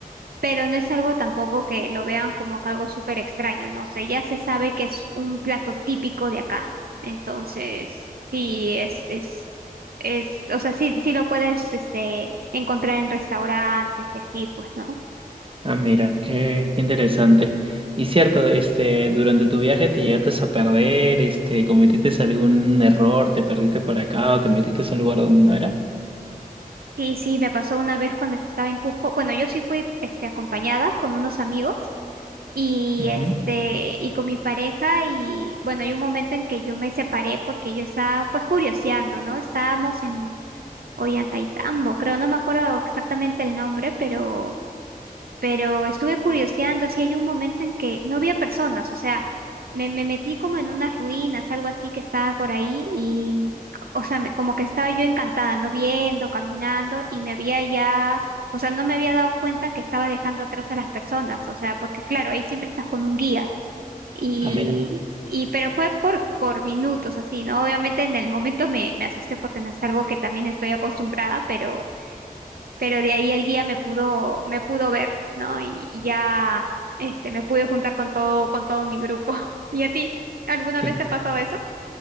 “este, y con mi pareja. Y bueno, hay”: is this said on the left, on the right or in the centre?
Right